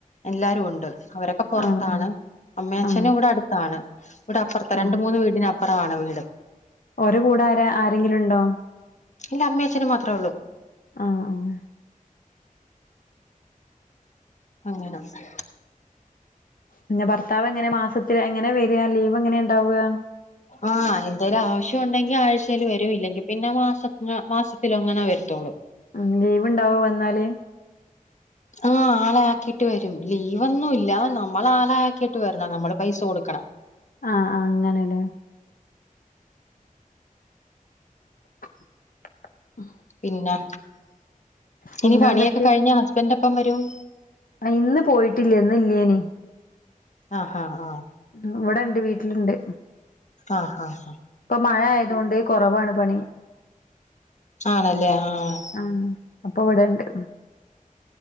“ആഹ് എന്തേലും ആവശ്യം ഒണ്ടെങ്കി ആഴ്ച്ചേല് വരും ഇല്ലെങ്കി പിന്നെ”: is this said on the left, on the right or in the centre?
Left